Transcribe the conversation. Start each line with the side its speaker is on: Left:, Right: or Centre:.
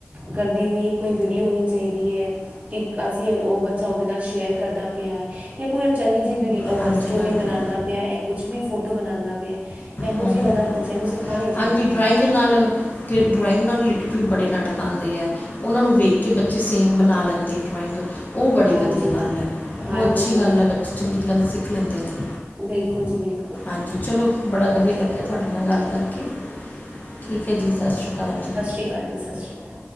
Right: ਕਰਦੀ ਵੀ ਕੋਈ ਵੀਡੀਓ ਹੋਣੀ ਚਾਹੀਦੀ ਐ, ਕਿ ਅਸੀਂ ਉਹ ਬੱਚਾ ਓਦੇ ਨਾਲ ਸ਼ੇਅਰ ਕਰਦਾ ਪਿਆ ਜਾਂ ਕੋਈ ਚੰਗੀ ਜੀ ਵਿਡੀ
Left: ਹਾਂਜੀ
Right: ਸਟੋਰੀ
Left: ਹਾਂਜੀ
Right: ਬਣਾਉਂਦਾ ਪਿਆ ਜਾਂ ਕੁਛ ਵੀ ਫੋਟੋ ਬਣਾਉਂਦਾ ਪਿਆ। ਇਹੋ
Left: ਹੂੰ
Right: ਜਿਹੀ
Left: ਹੂੰ
Right: ਗੱਲਾਂ ਬੱਚਿਆਂ ਨੂੰ ਸਿਖਾਣੀਆਂ ਚਾਹੀਦੀਆਂ
Left: ਹਾਂਜੀ ਡਰਾਇੰਗ
Right: ਨੇ।
Left: ਨਾਲ ਕਿ ਡਰੋਇੰਗ ਨਾਲ ਰਿਲੇਟਿਡ ਵੀ ਬੜੇ ਨਾਟਕ ਆਦੇ ਐ। ਉਹਨਾਂ ਨੂੰ ਵੇਖ ਕੇ ਬੱਚੇ ਸੇਮ ਬਣਾ ਲੈਂਦੇ ਡਰਾਇੰਗ। ਉਹ ਬੜੀ
Right: ਹਾਂਜੀ
Left: ਵਧੀਆ ਗੱਲ ਐ
Right: ਹਾਂਜੀ
Left: ਉਹ ਅੱਛੀ
Right: ਹਾਂਜੀ
Left: ਗੱਲ ਐ ਬੱਚੇ ਚੰਗੀ ਗੱਲ ਸਿੱਖ ਲੈਂਦੇ ਨੇ।
Right: ਬਿਲਕੁਲ ਜੀ ਬਿਲਕੁਲ।
Left: ਹਾਂਜੀ ਚਲੋ ਬੜਾ ਵਧੀਆ ਲੱਗਿਆ ਤੁਹਾਡੇ ਨਾਲ ਗੱਲ ਕਰਕੇ। ਠੀਕ ਐ ਜੀ ਸਤਿ ਸ਼੍ਰੀ ਅਕਾਲ ਜੀ।
Right: ਸਤੀ ਅਕਾਲ ਸਿ ਸ਼੍ਰੀ ਅਕਾਲ